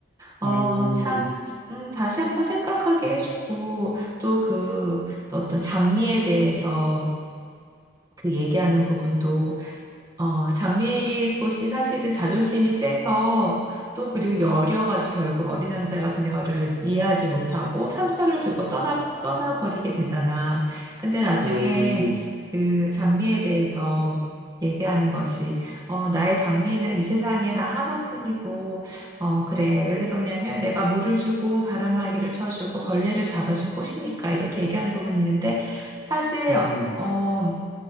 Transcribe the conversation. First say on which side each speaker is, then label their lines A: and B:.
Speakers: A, on the right; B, on the right.
A: 어,
B: 음,
A: 참, 음, 다시 한 번 생각하게 해주고, 또 그 어떤 장미에 대해서 그 얘기하는 부분도 어, 장미꽃이 사실은 자존심이 세서 또 그리고 여려가지고 결국 어린 왕자가 그녀를 이해하지 못하고 상처를 주고 떠나, 떠나버리게 되잖아. 근데 나중에
B: 음,
A: 그 장미에 대해서 얘기하는 것이, 어, 나의 장미는 이 세상에 나 하나뿐이고, 어, 그래. 왜 그러냐면 내가 물을 주고 바람막이를 쳐주고 벌레를 잡아준 꽃이니까 이렇게 얘기하는 부분이 있는데 사실,
B: 음.
A: 어,